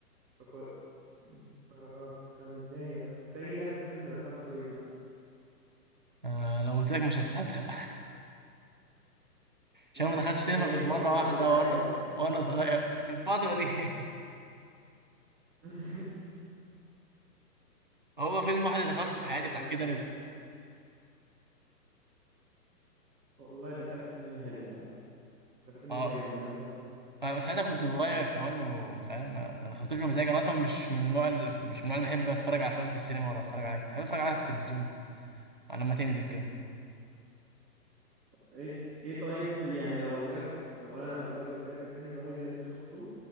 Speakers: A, in the centre; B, on the right.
A: فكو... فكنت متضايق بقى أنت إيه آخر فيلم دخلته إيه مثلا؟
B: آه لو قلت لك مش هتصدق
A: <laughs>
B: عشان ما دخلتش سينما
A: إيه
B: غير مرة
A: آسف
B: واحدة
A: على الإزعاج
B: وانا
A: ولا إيه؟
B: وانا صغير في الفترة دي <laughs>
A: <laughs>
B: هو فيلم واحد اللي دخلته في حياتي
A: لا
B: بتاع
A: لا
B: كده
A: محتاج
B: رضا
A: تجربة. والله دخلت فيلم حلو يا عم ده فيلم
B: اه
A: جامد ده انا بحبه
B: أنا ساعتها كنت صغير كمان وفاهم ما ما دخلتوش بمزاج انا اصلا مش من النوع ال- مش من النوع اللي بحب اتفرج على افلام في السينما ولا اتفرج عليها بحب اتفرج عليها في التلفزيون على لما تنزل كده
A: ايه ايه طيب في يعني لو قلت لك لو انا دلوقتي قلت لك الفيلم الوحيد اللي انت شفته